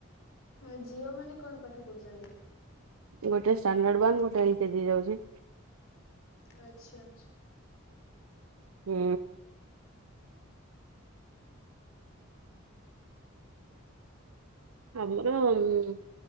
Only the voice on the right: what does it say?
ଗୋଟେ ଷ୍ଟାଣ୍ଡାର୍ଡ ୱାନ୍ ଗୋଟେ ଏଲ୍ କେଜି ଯାଉଚି।
ହୁଁ। ଆମର ଉମ୍